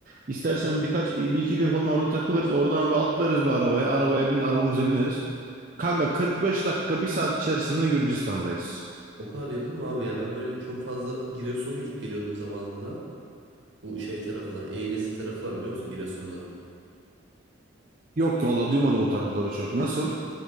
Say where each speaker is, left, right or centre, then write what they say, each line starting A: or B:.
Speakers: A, on the right; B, on the right.
A: İstersen birkaç bir iki gün falan orada takılırız. Oradan abi atlarız bir arabaya. Arabaya bin arabamıza bineriz. Kanka 45 dakika bir saat içerisinde Gürcistan'dayız.
B: O kadar yakın mı abi ya? Ben böyle çok fazla Giresun'a gidip geliyordum zamanında. Bu şey tarafına. E-Nesil tarafı var biliyor musun Giresun'da?
A: Yok ki valla duymadım o tarafları çok. Nasıl?